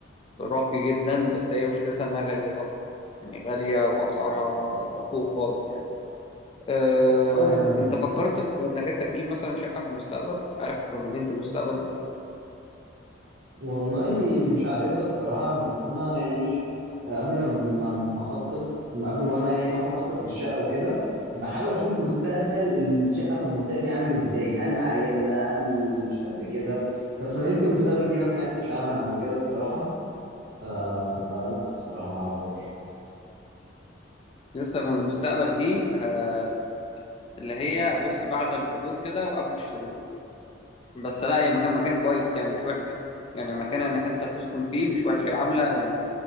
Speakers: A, on the left; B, on the right.
A: راقي جدا بس هي مشكلتها إنها غالية طبعا يعني غالية وأسعارها فوق خالص يعني أه...
B: اه يعني
A: أنت فكرت في إنك أنت تجيب مثلا شقة في المستقبل عارف مدينة المستقبل دي
B: والله مش عارفها الصراحة بس أنا يعني آه، قبل ما ما ما أخطط ما قبل وأنا يعني وأنا بخطط للشقة وكده بحاول أشوف مستقبل الشقة في المنطقة دي عامل إزاي هل هيغلى هل مش قد كده بس من أنت المستقبل دي ما سمعتش عنها قبل كده الصراحة ف... فلا الصراحة ما أعرفهاش
A: لسه من المستقبل دي آه، اللي هي بص بعد العبور كده وقبل الشروق بس لا هي مكان مكان كويس يعني مش وحش يعني مكان انك انت تسكن فيه مش وحش هي عامله يعني